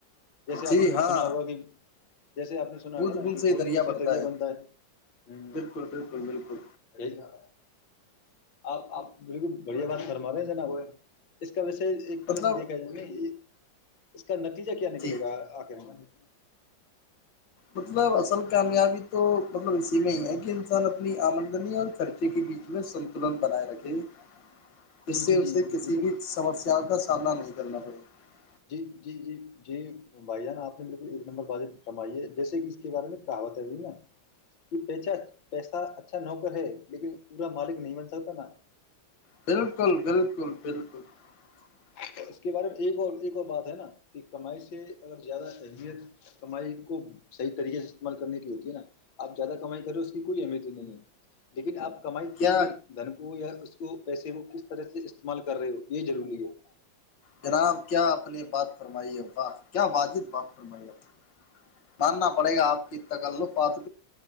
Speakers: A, on the left (about 85°); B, on the left (about 70°).
A: <unintelligible> جیسے آپ
B: جی
A: نے
B: ہاں
A: سنا ہوگا کہ جیسے آپ نے سنا
B: بوند
A: ہوگا نا
B: بوند
A: کہ بھول
B: ہی
A: بول سے
B: بڑھتا
A: دریا
B: ہے
A: بنتا ہے
B: بالکل بالکل بالکل
A: ہ <unintelligible> آپ آپ بالکل بڑھیا بات فرما رہے ہیں نا وہ <unintelligible> ویسے ایک طرح
B: مطلب
A: سے دیکھا جائےا یہ <unintelligible> اس کا نتیجہ کیا نکلے
B: جی
A: گا آخرن <unintelligible>
B: مطلب اصل کامیابی تو مطلب اسی میں ہی ہے کہ انسان اپنی آمن <unintelligible> بنی اور خرچے کی بھی <unintelligible> ستولن بنا رکھے <unintelligible> جس
A: جی
B: سے
A: جی جی
B: اسے کسی
A: بالکل
B: بھی سمسیا کا سامنا نہیں <unintelligible> کرنا پڑ <unintelligible>
A: جی جی جی جی بھائی جانا آپ نے بالکل ایک نمبر بات فرمائی ہے جیسے کہ اس کے بارے میں کہاوت ہے ابھی نا کہ پیچ پیسہ اچھا نوکر ہے لیکن پورا مالک نہیں بن سکتا نا <unintelligible>
B: بالکل بالکل بالکل <unintelligible>
A: تو اس کے بارے میں ٹھیک اور ایک <unintelligible> بات ہے نا کہ کمائی سے اگر زیادہ اہمیت کمائی کو صحیح طریقے سے استعمال کرنے کی ہوتی ہے نا آپ زیادہ کمائی کرے اس کی کوئی اہمیت ہی نہیں ہے لیکن آپ <unintelligible> کمائی
B: کیا
A: کی ہوئی دھن کو یا اس کو پیسے ر کس <unintelligible> طرح سے استعمال کر رہے ہو یہ ضروری ہے <unintelligible>
B: جناب کیا اپنی بات فرمائیے واہ کیا واجد بات فرمائیے ماننا پڑے گا آپ کی تکلفات